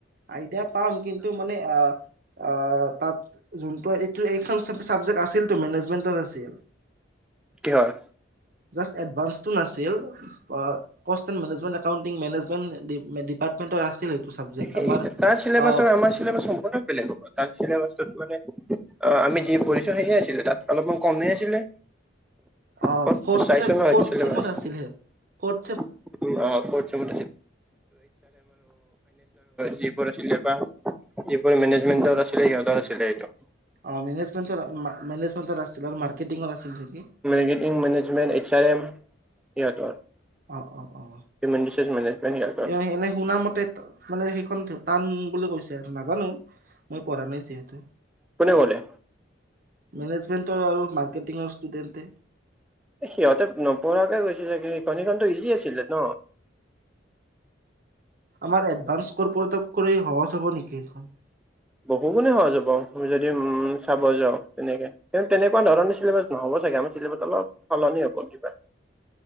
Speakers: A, on the right; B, in the centre.
A: আইডিয়া পাম কিন্তু মানে আহ আহ তাত যোনটো এইটো প্ৰথম চাবজেক্ট আছিল মেনেজমেন্ট আছিল।
B: কি হয়?
A: জাষ্ট এডভান্সটো নাছিল পা কাষ্টিংমেংমেণ্ট একাউন্টিং মেনেজ মেন ডিপাৰ্টমেন্টৰ আছিল। এইটো চাবজেক্ট
B: সেই
A: আমাৰ
B: তাৰ চিলেবাছৰ
A: অ'
B: আমাৰ চিলেবাছৰ সম্পূৰ্ণ বেলেগ হ'ব তাৰ চিলেবাছ মানে অ আমি যি পঢ়িছো সে আছিলে তাত অলপমান কমে আছিলে।
A: অ
B: মই
A: ফড
B: চাইছো
A: চেম
B: নহয়
A: ফড
B: চিলেবাছ
A: চেম আছিলে ফড
B: <inaudible> ফাইনেন্সৰ যিবোৰ আছিলে বা যিবোৰ মেনেজমেন্টত আছিলে সিহঁত আছিলে সেইটো
A: অ মেনেজমেণ্টৰ মেনেজমেণ্টৰ আছিল আৰু মাৰ্কেটিংৰ আছিল চাগে
B: marketing management H R M সিহঁতৰ
A: অ অ অ
B: হিউমেন ৰিচৰ্চ মেনেজমেণ্ট সিহঁতৰ
A: এ এনে শুনামতে মানে সেইখন টান বুলি কৈছে আৰু নাজানো মই পঢ়া নাই যিহেতু
B: কোনে কলে
A: মেনেজমেন্টৰ আৰু মাৰ্কেটিং ষ্টুডেণ্টতে
B: সিহঁতে নপঢ়াকে গৈছিলে কি এইখনী এইখনো ইজি আছিলে ন
A: আমাৰ এডভানস কৰ্পৰেটৰ কৰি সহজ হ'ব নেকি এইখন
B: বহু গুণে সহজ হ'ব যদি উম চাব যাওঁ তেনেকে তেনেকুৱা ধৰণৰ চিলেবাছ নহ'ব চাগে আমি চিলিবাছত অলপ সলনি হ'ল কিবা